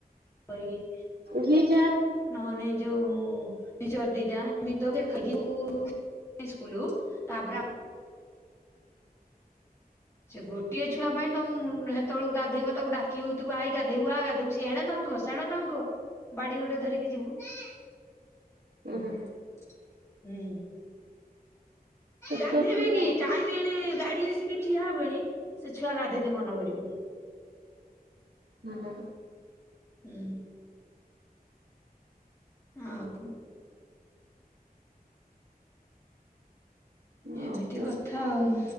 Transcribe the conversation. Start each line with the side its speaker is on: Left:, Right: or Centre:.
Left: କରି କିି
Right: ଯିଏ ଯା
Left: ନହନେ ଯୋଉ ମିଶ୍ଚର ଦିଟା ଏମିତି ଦୋଙ୍ଗେ ଖାଇକି ସ୍କୁଲ ସ୍କୁଲ ତାପରେ ସେ ଗୋଟିଏ ଛୁଆ ପାଇଁ ତ ହେତବେଳୁ ଗାଧେଇବୁ ତାକୁ ଡାକିଉ ଥିବୁ ଆଇ ଗାଧେଇବୁ ଆ ଗାଧେଇବୁ ସିଏଣେ ଧାଉଁଥିବ ସେଣେ ଧାଉଁଥିବ। ବାଡି ଗୋଟେ ଧରିକି ଯିବୁ ଏଇଭଳିଆ
Right: ଉଁ ହୁଁ
Left: ହୁଁ।
Right: ଛୋଟ
Left: ଗାଧେଇ
Right: ଛୁଆ
Left: ଦେଇକି
Right: ଆଉ।
Left: ଟାଇମ ଏଣେ ଗାଡି ଆସିକି ଠିଆ ହବଣି ସେ ଛୁଆ ଗାଧେଇତେ ମନ କରିବେନି।
Right: ହୁ ହଁ ହ।
Left: ହୁଁ। ଆଉ। ଏମିତି
Right: ଓହୋ।
Left: କଥା ଆଉ